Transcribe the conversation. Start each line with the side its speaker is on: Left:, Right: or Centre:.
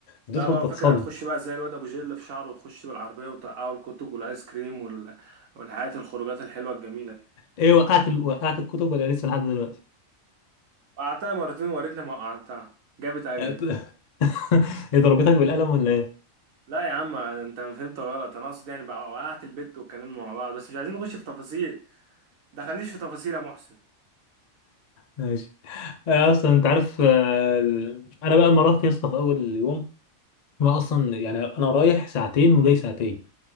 Left: تدخل
Right: لا بقى
Left: تتصدم
Right: فاكر هتخش بقى زي الواد ابو جيل في شعره وتخش بالعربية وتقعوا الكتب والايس كريم وال... والحاجات الخروجات الحلوة الجميلة
Left: ايه وقعت ال... وقعت الكتب ولا لسه لحد دلوقتي
Right: وقعتها مرتين ووريتني ما وقعتها جابت اجلي
Left: <laughs> هي ضربتك بالقلم ولا ايه
Right: لا يا عم انت فهمت غلط انا اقصد يعني بقى وقعت البت واتكلمنا مع بعض بس مش عايزين نخش في تفاصيل دخلنيش في تفاصيل يا محسن
Left: ماشي أنا اصلا انت عارف آه، ال- انا بقى لما رحت يا اسطى في اول يوم ما اصلا يعني انا رايح ساعتين وجاي ساعتين